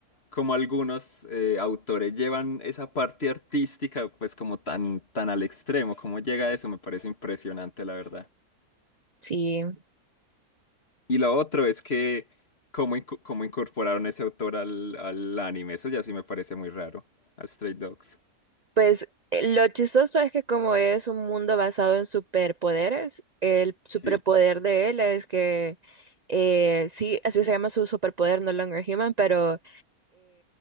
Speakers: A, on the left (about 40°); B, on the right (about 40°).
A: cómo algunos eh, autores llevan esa parte artística pues como tan, tan al extremo, cómo llega eso, me parece impresionante la verdad.
B: Sí,
A: Y lo otro es que cómo, inco- cómo incorporaron ese autor al, al anime, eso ya sí me parece muy raro, a Stray Dogs.
B: pues eh, lo chistoso es que como es un mundo basado en superpoderes, el superpoder
A: Sí, o
B: de él es que, eh, sí, así se llama su superpoder, No Longer Human, pero...